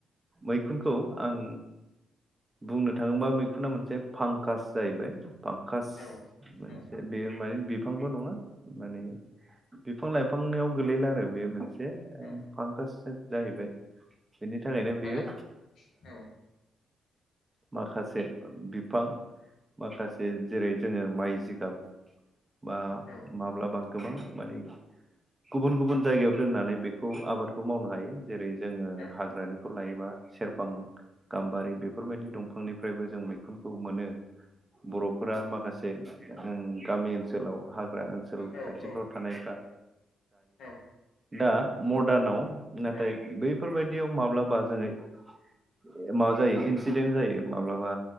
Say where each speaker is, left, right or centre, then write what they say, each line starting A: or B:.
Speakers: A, on the right; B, on the left.
A: मैखुनखौ आं। बुंनो थाङोबा मैखुना मोनसे फांकास जाहैबाय फांकास
B: औ,
A: मोनसे
B: औ,
A: बेयो माने बिफांबो नङा माने बिफां लाइफांनियाव गोलैला आरो बेयो मोनसे। मोनसे
B: औ
A: फांकास जाहैबाय। बेनि थाखायनो बेयो
B: बादाम औ,
A: माखासे बिफां। माखासे जेरै जोंओ माइ जिगाब बा
B: औ,
A: माब्लाबा। गोबां माने गुबुन गुबुन जायगायाव दोननानै बेखौ आबादखौ मावनो हायो। जेरै जोंओ
B: औ,
A: हाग्रानिखौ लायोबा। सेरफां गाम्बारि बेफोरबायदि दंफांनिफ्रायबो जों मैखुनखौ मोनो। बर'फोरा माखासे ओं गामि ओनसोल ओनसोलाव हाग्रा ओनसोल
B: औ,
A: खाथिफ्राव
B: औ।
A: थानाय
B: औ।
A: दा मदार्नाव नाथाय
B: औ
A: बैफोरबायदियाव माब्ला बा जोङो माबा जायो इनसिदेन्ट जायो माब्लाबा